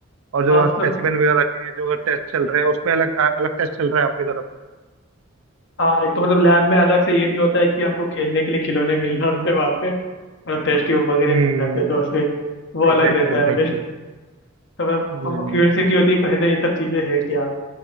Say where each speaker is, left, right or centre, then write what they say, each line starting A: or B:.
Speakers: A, on the right; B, on the left.
A: और जो
B: हाँ
A: स्पेसिमेन
B: मतलब
A: वगैरह रखे हैं जो टेस्ट चल रहे हैं उसमें अलग अलग टेस्ट चल रहा है आपकी तरफ
B: हाँ एक तो मतलब लैब में अलग से ये भी होता है कि हमको खेलने के लिए खिलौने मिल जाते हैं वहाँ पे मतलब टेस्ट ट्यूब वगैरह
A: हम्म
B: मिल जाते हैं तो उसमें वो
A: Exactly
B: अलग रहता
A: exactly
B: है फिर तो मतलब
A: हम्म,
B: हमको क्यूरियोसिटी होती है कि है ना ये सब चीजें है क्या